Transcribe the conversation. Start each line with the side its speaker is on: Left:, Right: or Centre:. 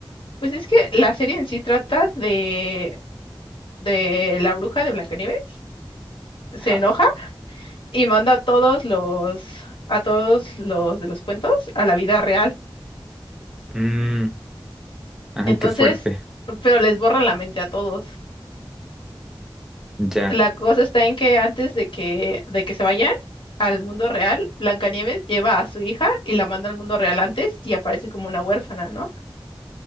Left: Pues es que la serie en sí trata de, de la bruja de Blancanieves, se
Centre: Ajá.
Left: enoja y manda a todos los, a todos los de los cuentos a la vida real.
Centre: Mm, ay,
Left: Entonces,
Centre: qué fuerte.
Left: pero les borra la mente a todos.
Centre: Ya.
Left: La cosa está en que antes de que, de que se vayan al mundo real, Blancanieves lleva a su hija y la manda al mundo real antes y aparece como una huérfana, ¿no?